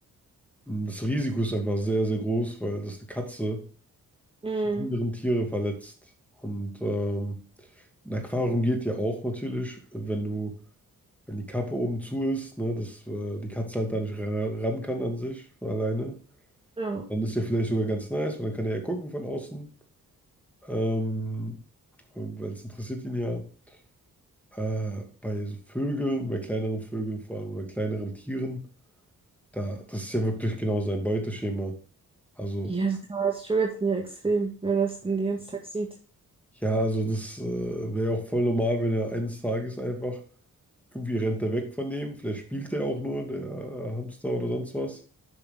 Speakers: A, in the centre; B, on the right.
A: ähm, das Risiko ist einfach sehr, sehr groß, weil das eine Katze,
B: Mhm.
A: die anderen Tiere verletzt. Und ähm, ein Aquarium geht ja auch natürlich, wenn du, wenn die Kappe oben zu ist, ne, dass äh, die Katze halt da nicht ra- ran kann an sich von alleine.
B: Ja.
A: Dann ist ja vielleicht sogar ganz nice, weil dann kann er ja gucken von außen. Ähm, weil es interessiert ihn ja, äh, bei so Vögeln, bei kleineren Vögeln vor allem oder kleineren Tieren, da, das ist ja wirklich genau sein Beuteschema. Also,
B: Ja, also da struggelt ja extrem, wenn er es den ganzen Tag sieht.
A: ja, also das äh, wäre auch voll normal, wenn er eines Tages einfach irgendwie rennt er weg von dem, vielleicht spielt er auch nur, der äh, Hamster oder sonst was.